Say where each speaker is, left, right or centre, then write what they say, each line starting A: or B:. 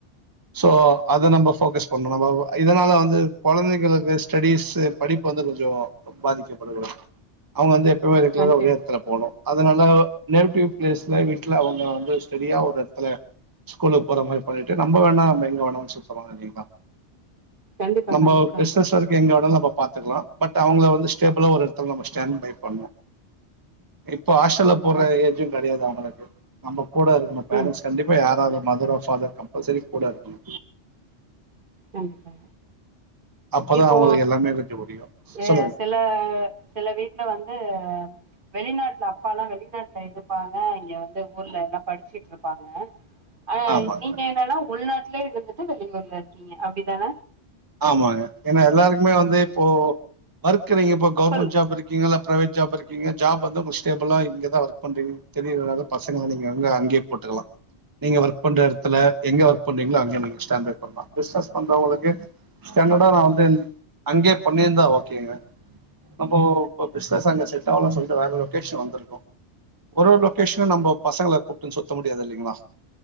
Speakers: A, on the right; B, on the right.
A: சோ அத நம்ப ஃபோகஸ் பண்ணோ நம்போ இதனால வந்து கொழந்தைகளுக்கு ஸ்டடீசு படிப்பு வந்து கொஞ்ஜோ பாதிக்கப்படக்கூடாது அவுங்க வந்து எப்பவுமே ரெகுலரா
B: கண்டிப்பா
A: ஒரே அதனால நேடிவ் பிளேஸ்ல வீட்ல அவுங்க வந்து ஸ்டடியா ஒரு இடத்துல ஸ்கூலுக்கு போற மாரி பண்ணிட்டு நம்ப வேணா நம்ம எங்க வேணாலு சுத்துலா இல்லிங்களா
B: கண்டிப்பா
A: நம்ம
B: கண்டிப்பா
A: பிஸ்னஸ்
B: தோழரே
A: வெரைக்கு எங்க வேணாலு நம்ம பாத்துக்கலா பட் அவங்கள வந்து ஸ்டேபிளா ஒரு எடத்துல நம்ம ஸ்டேண்ட் பை பண்ணோ எ இப்போ ஹாஸ்டல்ல
B: கண்டிப்பாக
A: போட்ற
B: தோழரே
A: ஏஜு கெடையாது அவுங்களுக்கு நம்பக் கூட இருக்கனு பேரன்ட்ஸ்
B: ம்
A: கண்டிப்பா யாராது மதரோ ஃபாதர் கம்பள்சரி கூட இருக்கணு
B: கண்டிப்பா
A: அப்பதா
B: இப்போ
A: அவங்களுக்கு எல்லாமே கொஞ்சோ புரியு
B: ஏ
A: சொல்லுங்க
B: சில சில வீட்ல வந்து வெளிநாட்ல அப்பால்லா வெளிநாட்ல இருப்பாங்க இங்க வந்து ஊர்ல எல்லா படிச்சிட்டு இருப்பாங்க ஆனா
A: ஆமாங்க,
B: நீங்க என்னனா உள்நாட்டு உள்ளேஇருந்துட்டு வெளியூர்ல இருக்கீங்க அப்டி தான
A: ஆமாங்க ஏனா எல்லாருக்குமே வந்து இப்போ ஒர்க் நீங்க இப் கவர்மெண்ட்
B: சொல்லு
A: ஜாப் இருக்கீங்களா ப்ரைவேட் ஜாப் இருக்கீங்க ஜாப் வந்து உங்க ஸ்டேபிளா இங்க தா ஒர்க் பண்றீங்க தெரியு அதனாலே பசங்கள நீங்க வந்து அங்கேயே போட்டுக்கலா நீங்க ஒர்க் பண்ற இடத்துல எங்க ஒர்க் பண்றீங்களோ அங்கே நீங்க ஸ்டேன்ட் பை பண்லா பிஸ்னஸ் வந்தா உங்களுக்கு ஸ்டாண்டர்டா நான் வந்து அங்கே பண்ணியிருந்தா ஓகேங்க நம்ம இப்ப பிசினஸ் அங்க செட் ஆகலனு சொல்லிட்டு வேற லொகேஷன் வந்திருக்கோம் ஒரு லொகேஷன்ன நம்ம பசங்களை கூப்பிட்டுன்னு சுத்த முடியாது இல்லைங்களா